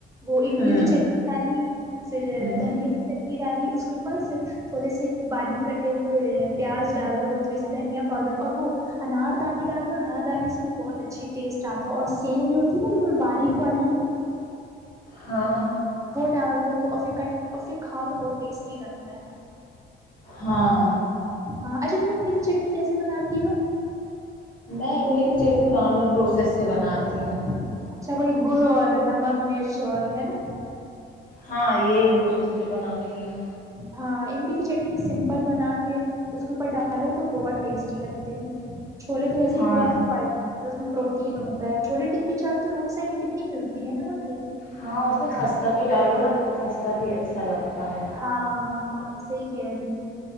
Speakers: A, on the right (about 15°); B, on the left (about 45°).
A: وہ املی
B: ہوں
A: کی چ ڈالی پھر
B: ہوں
A: دھنیا کی چٹنی ڈالی اس کے اوپر پھر تھوڑے سے باریک کٹے ہوئے پیاز ڈال دو تھوڑی سی دھنیا پاؤڈر اور وہ انار دانے ڈال دو انار کھ آے سے بھی بہت اچھھی ٹیسٹ آتا اور سیم جو ہوتی ہے نا بالکل باریک والی
B: ہاں
A: وہ ڈال دو اور پھر اور پھر کھا تو بہت ٹیسٹی لگتا ہے
B: ہاں
A: ہاں اچھا تم املی کی چٹنی کیسے بناتی ہو
B: میںی بھی چیکنگ نارمل پروسیس سے بناتی ہوں
A: اچھا کوئی گڑ اور نمک مرچ اور ہے نا
B: ہاں یہی پروسیس سے بناتی ہوں
A: ہاں املی کی چٹنی بھی سمپل بنا کے اس کے اوپر ڈالو تو بہت ٹیسٹی لگتے ہیں چھوولے تو ویسے
B: ہاں
A: بھی بہت فائدہ تو اس میں پروٹین ہوتا ہے چھولے ٹکی چاٹ تو روڈ سائڈ کتنی ملتی ہے نا وہ ٹی
B: ہاں اس میں خستہ بھی ڈالو نا تو خستہ بھی اچھا لگتا ہے
A: ہاں ہاں صحی کہہ رہی ہو